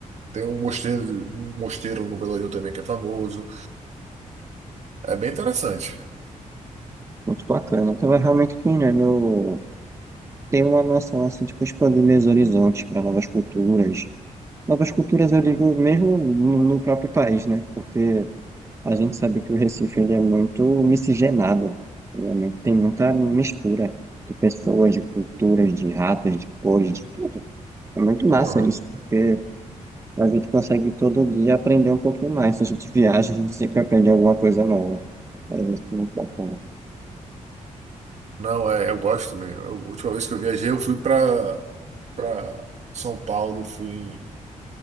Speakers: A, on the right; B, on the right.
A: tem um mosteiro, um mosteiro no Pelourinho também que é famoso. É bem interessante.
B: Muito bacana. então é realmente que né querendo ter uma noção, assim, tipo, expandir meus horizontes para novas culturas. Novas culturas, eu digo, mesmo no no próprio país, né? Porque a gente sabe que o Recife, ele é muito miscigenado. Ele é muito- tem muita mistura de pessoas, de culturas, de raças, de cores, de tudo. É muito massa
A: Aham.
B: isso, porque a gente consegue todo dia aprender um pouquinho mais. Se a gente viaja, a gente sempre aprende alguma coisa nova. É isso, muito bacana.
A: Não, é, eu gosto também. Eu- A última vez que eu viajei, eu fui para para São Paulo, fui